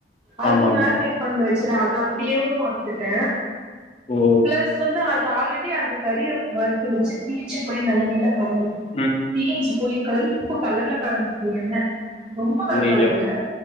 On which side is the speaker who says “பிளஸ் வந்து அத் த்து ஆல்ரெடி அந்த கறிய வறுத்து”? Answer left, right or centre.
Right